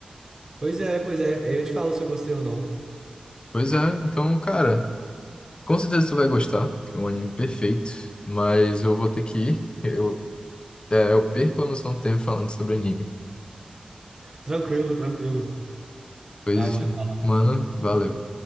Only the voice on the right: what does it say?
Pois é, pois é. Aí eu te falo se eu gostei ou não.
Tranquilo, tranquilo.
Tá bom, então.